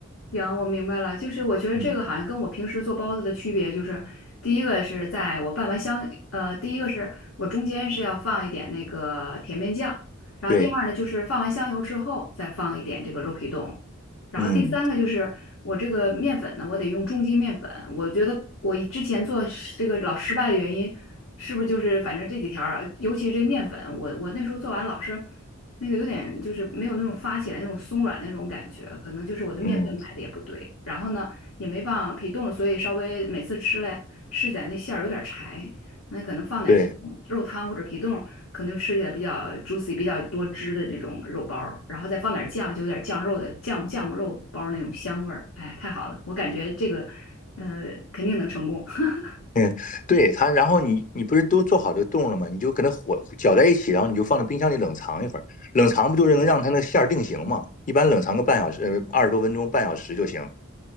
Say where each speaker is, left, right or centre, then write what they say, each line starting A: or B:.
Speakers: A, on the left (about 85°); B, on the left (about 40°).
A: 行，我明白了，就是我觉得这个好像跟我平时做包子的区别就是，
B: 嗯，
A: 第一个是在我拌完香，呃，第一个是我中间是要放一点那个甜面酱，然后第二呢就是放完香油之后再放一点这个肉皮冻，
B: 对，
A: 然后第三个就是我这个面粉呢，
B: 嗯
A: 我得用中筋面粉，我觉得我之前做是这个老失败的原因，是不是就是反正这几条儿啊，尤其是这个面粉，我我那时候做完老是。那个有点就是没有那种发起来那种松软那种感觉，可能就是我的面粉买的也不对，
B: 嗯，
A: 然后呢也没放皮冻，所以稍微每次吃嘞吃起来那馅儿有点柴，那可能放点像肉汤或者皮冻，
B: 对。
A: 可能就吃起来比较 juicy 比较多汁的这种肉包儿，然后再放点酱，就有点酱肉的酱酱肉包儿那种香味儿，哎呀太好了，我感觉这个呃肯定能成功，<laughs>
B: 嗯，对它，然后你你不是都做好这个冻了吗？你就给它火搅在一起，然后你就放到冰箱里冷藏一会儿。冷藏不就是能让它那个馅儿定型吗？一般冷藏个半小时，呃，二十多分钟，半小时就行。